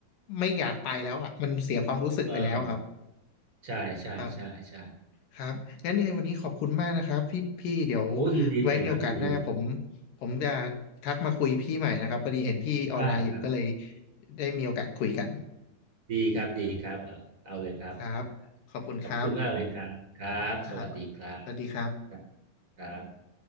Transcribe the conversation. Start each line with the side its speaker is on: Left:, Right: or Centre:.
Left: ไม่อยากไปแล้วอ่ะมันเสียความรู้สึกไปแล้วอะครั
Right: เออใช่ใช่ใช่ใช่
Left: บ ครับงั้นยังไงวันนี้ขอบคุณมากนะครับพี่พี่เดี๋ยว
Right: โอ้ยินดีเลยครับยินดีเลย
Left: ไว้มีโอกาสหน้าผมผมจะทักมาคุยพี่ใหม่นะครับพอดีเห็นพี่ออนไลน์อยู่ก็เลย
Right: ได้ครับ
Left: ได้มีโอกาสคุยกัน
Right: ดีครับดีครับเอาเลยครับ
Left: ครับขอบคุณครับ
Right: ขอบคุณมากเลยครับครับสวัสดีครับ
Left: ครับสวัสดีครับ
Right: ครับครับ